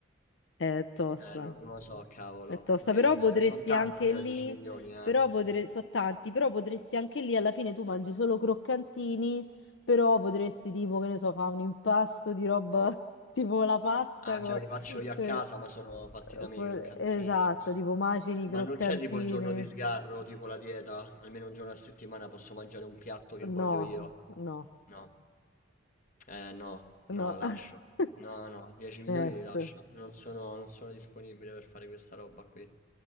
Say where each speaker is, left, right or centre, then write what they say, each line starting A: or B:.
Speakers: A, on the left (about 70°); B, on the left (about 45°).
A: È tosta.
B: Eh, non, non lo so, cavolo.
A: È tosta,
B: 10
A: però
B: milioni.
A: potresti
B: Sono tanti
A: anche
B: però
A: lì,
B: 10 milioni, eh.
A: però potresti, so tanti, però potresti anche lì alla fine tu mangi solo croccantini, però potresti tipo, che ne so, fa un impasto di roba <laughs> tipo la pasta
B: Ah,
A: co-
B: cioè me li faccio io a
A: eh,
B: casa, ma sono fatti da
A: oppure-
B: me i croccantini.
A: esatto, tipo macini,
B: Ma
A: croccantini.
B: non c'è tipo il giorno di sgarro, tipo la dieta? Almeno un giorno a settimana posso mangiare un piatto che
A: No,
B: voglio io.
A: no,
B: No. Eh no, no,
A: no.
B: lascio.
A: <laughs>
B: No, no, 10 milioni
A: Onesto,
B: li lascio. Non sono, non sono disponibile per fare questa roba qui.